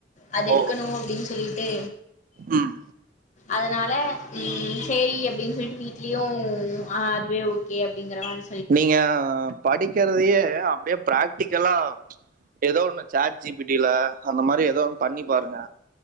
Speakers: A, on the left; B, on the right.
A: அது எடுக்கணும்
B: ஓ
A: அப்படின்னு சொல்லிட்டு
B: ம்
A: அதனால உஹம் சரி அப்படின்னு சொல்லிட்டு வீட்லயும் அதுவே ஓகே அப்படிங்கற மாதிரி
B: நீங்க படிக்கிறதையே அப்படியே பிராக்டிக்கலாக ஏதோ ஒன்று சாட் ஜிபிடியில் அந்த மாதிரி ஏதோ ஒன்று பண்ணி பாருங்க